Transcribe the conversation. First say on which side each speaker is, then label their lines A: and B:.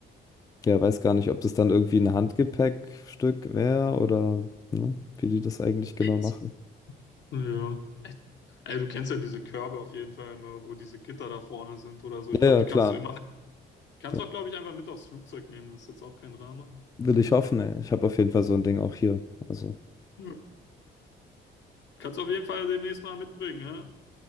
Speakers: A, on the left; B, on the left.
A: Ja, weiß gar nicht, ob das dann irgendwie ein Handgepäckstück wäre oder ne, wie die das eigentlich genau
B: Jetzt.
A: machen.
B: Ja. Ey, du kennst ja diese Körbe auf jeden Fall immer, wo diese Gitter da vorne sind oder so.
A: Ja,
B: Ich glaube,
A: ja,
B: die
A: klar.
B: kannst du immer, kannst
A: Ja,
B: du auch, glaube ich, einfach mit aufs Flugzeug nehmen. Das ist jetzt auch kein Drama.
A: will ich hoffen, ey. Ich habe auf jeden Fall so ein Ding auch hier. Also,
B: Ja. Kannst du auf jeden Fall demnächst mal mitbringen, ja?